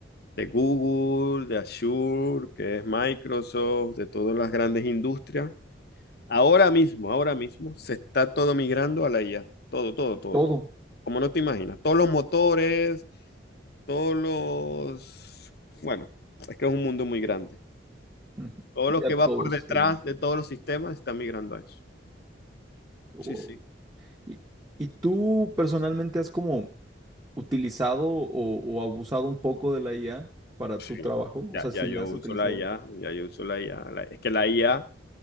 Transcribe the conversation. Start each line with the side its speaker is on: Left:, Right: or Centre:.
Left: de Google, de Azure, que es Microsoft, de todas las grandes industrias, ahora mismo, ahora mismo, se está todo migrando a la IA. Todo, todo, todo,
Right: Todo,
Left: todo. Como no te imaginas, todos los motores, todos los... Bueno, es que es un mundo muy grande.
Right: ujú,
Left: Todo lo
Right: ya
Left: que va
Right: todos
Left: por detrás
Right: está yendo.
Left: de todos los sistemas está migrando a eso.
Right: Wow.
Left: Sí, sí.
Right: ¿Y, y tú personalmente has como utilizado o, o abusado un poco de la IA para
Left: Sí,
Right: tu trabajo?
Left: ya,
Right: O sea, si
Left: ya yo
Right: la has
Left: uso
Right: utilizado?
Left: la IA, ya yo uso la IA. La- es que la IA,